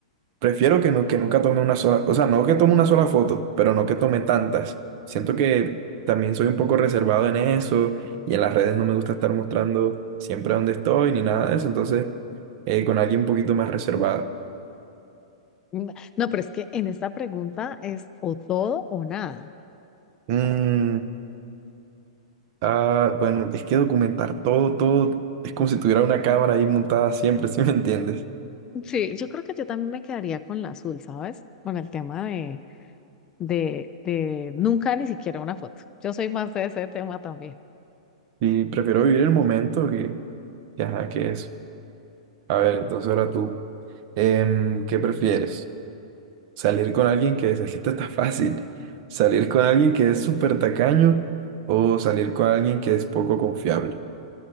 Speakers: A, on the right; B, on the left.
A: Prefiero que, no, que nunca tome una sola, o sea, no que tome una sola foto, pero no que tome tantas. Siento que también soy un poco reservado en eso y en las redes no me gusta estar mostrando siempre dónde estoy ni nada de eso, entonces eh, con alguien un poquito más reservado.
B: Mm, No, pero es que en esta pregunta es o todo o nada.
A: Mm, ah, bueno, es que documentar todo, todo, es como si tuviera una cámara ahí montada siempre, <laughs> si me entiendes?
B: Sí. Yo creo que yo también me quedaría con la azul, ¿sabes? Con el tema de, de, de nunca ni siquiera una foto. Yo soy más de ese tema también.
A: Y prefiero vivir el momento que, que, ajá, que eso. A ver, entonces ahora tú, Em, ¿qué prefieres?
B: Mm.
A: Salir con alguien que es, esta está fácil. Salir con alguien que es súper tacaño o salir con alguien que es poco confiable.